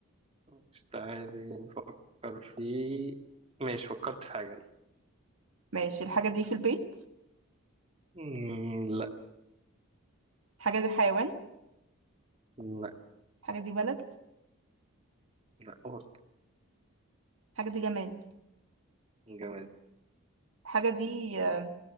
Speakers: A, on the right; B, on the right.
A: مش تعالي نفكر في ماشي فكرت في حاجه
B: ماشي الحاجه دي في البيت
A: مم، لا
B: الحاجه دي حيوان
A: لا
B: الحاجه دي بلد
A: لا برضه
B: الحاجه دي جماد
A: جماد
B: الحاجه دي آه،